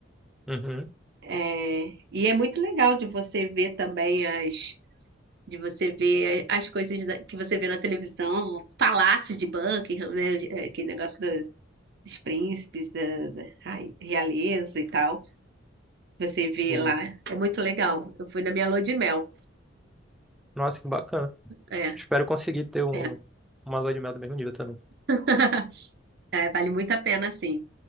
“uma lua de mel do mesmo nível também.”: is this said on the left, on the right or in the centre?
Centre